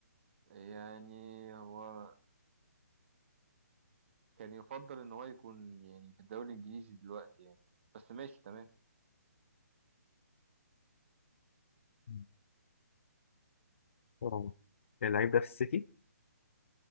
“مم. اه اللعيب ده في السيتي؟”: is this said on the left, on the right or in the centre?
Left